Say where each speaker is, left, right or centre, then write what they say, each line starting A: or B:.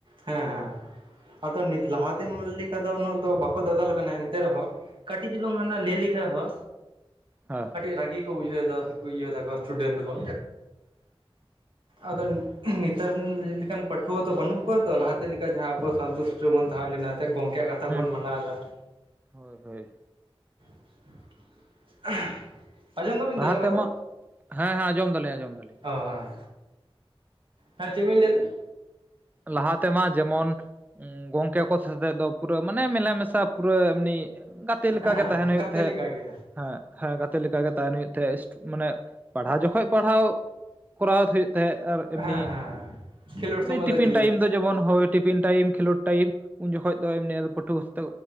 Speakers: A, on the right; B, on the right.
A: ᱦᱮᱸ ᱦᱮᱸ᱾ ᱟᱫᱚ ᱱᱤᱛ ᱞᱟᱦᱟᱛᱮᱢ ᱞᱮᱠᱟ ᱫᱚ ᱩᱱᱟᱹᱜ ᱫᱚ ᱵᱟᱠᱚ ᱫᱟᱫᱟᱞ ᱠᱟᱱᱟ ᱮᱱᱛᱮ ᱨᱮᱦᱚᱸ ᱠᱟᱹᱴᱤ ᱪᱩᱞᱩᱝ ᱦᱟᱱᱟ ᱞᱮᱟᱹᱭ ᱞᱮᱠᱷᱟᱡ ᱦᱚ
B: ᱦᱚ
A: ᱠᱟᱹᱴᱤᱡ ᱨᱟᱹᱜᱤ ᱠᱚ ᱵᱩᱡᱷᱟᱹᱣ ᱫᱟ ᱤᱭᱟᱹ ᱛᱟᱠᱚ ᱥᱴᱩᱰᱮᱱᱴ ᱠᱚ ᱟᱫᱟᱱᱤ ᱱᱮᱛᱟᱨ ᱞᱤ ᱞᱮᱠᱟᱱ ᱯᱟᱹᱴᱷᱩᱣᱟᱹ ᱫᱚ ᱵᱟᱹᱱᱩᱜ ᱠᱚᱣᱟ ᱛᱚ ᱞᱟᱦᱟᱛᱮ ᱞᱮᱠᱟ ᱡᱟᱦᱟᱸ ᱟᱵᱚ ᱥᱟᱱᱛᱚ ᱥᱤᱥᱴᱚ ᱵᱚᱱ ᱛᱟᱦᱮᱸ ᱞᱮᱱᱟ ᱜᱚᱝᱠᱮ ᱭᱟᱜ ᱠᱟᱛᱷᱟ
B: ᱦᱩᱸ
A: ᱵᱚᱱ ᱢᱟᱱᱟᱣ
B: ᱦᱩᱸ
A: ᱮᱫᱟ
B: ᱦᱳᱭ ᱦᱳᱭ᱾
A: <inaudible> ᱟᱸᱡᱚᱢ ᱫᱟ ᱵᱤᱱ
B: ᱞᱟᱦᱟ
A: ᱛᱚ ᱤᱱᱟᱜ ᱠᱟᱛᱷᱟ
B: ᱛᱮᱢᱟ ᱦᱮᱸ ᱦᱮᱸ ᱟᱸᱡᱚᱢ ᱫᱟᱞᱤᱧ ᱟᱸᱡᱚᱢ ᱫᱟᱞᱤᱧ
A: ᱚ ᱦᱮᱸ ᱦᱮᱸ ᱪᱮᱜᱽ ᱵᱤᱱ ᱞᱟᱹᱭ ᱮᱫᱟ?
B: ᱞᱟᱦᱟ ᱛᱮᱢᱟ ᱡᱮᱢᱚᱱ ᱜᱚᱝᱠᱮ ᱠᱚ ᱥᱟᱛᱮᱫ ᱫᱚ ᱯᱩᱨᱟᱹ ᱢᱟᱱᱮ ᱢᱮᱞᱟ ᱢᱮᱥᱟ ᱯᱩᱨᱟᱹ ᱮᱢᱱᱤ ᱠᱟᱛᱮ ᱞᱮᱠᱟ
A: ᱦᱮᱸ
B: ᱜᱮ ᱛᱟᱦᱮᱱ ᱦᱩᱭᱩᱜ
A: ᱜᱟᱛᱮ
B: ᱛᱟᱦᱮᱸᱫ
A: ᱞᱮᱠᱟᱜᱮ
B: ᱦᱮᱸ ᱦᱮᱸ ᱜᱟᱛᱮ ᱞᱮᱠᱟ ᱜᱮ ᱛᱟᱦᱮᱱ ᱦᱩᱭᱩᱜ ᱛᱟᱦᱮᱸ ᱢᱟᱱᱮ ᱯᱟᱲᱦᱟᱣ ᱡᱚᱠᱷᱚᱱ ᱯᱟᱲᱦᱟᱣ ᱠᱚᱨᱟᱣ ᱛᱮ ᱦᱩᱭᱩᱜ ᱛᱟᱭᱟ ᱟᱨ ᱮᱢᱱᱤ
A: ᱦᱮᱸ ᱦᱮᱸ ᱠᱷᱮᱞᱳᱰ
B: ᱤᱢᱤᱱ
A: ᱥᱚᱢᱚᱭ ᱠᱷᱮᱞᱳᱰ
B: ᱫᱚ ᱡᱮᱢᱚᱱ ᱦᱳᱭ ᱴᱤᱯᱷᱤᱱ ᱴᱟᱭᱤᱢ ᱠᱷᱮᱞᱳᱰ ᱴᱟᱭᱤᱢ ᱩᱱ ᱡᱚᱠᱷᱚᱱ ᱫᱚ ᱮᱢᱱᱤ ᱯᱟᱹᱴᱷᱩᱣ ᱥᱟᱛᱮ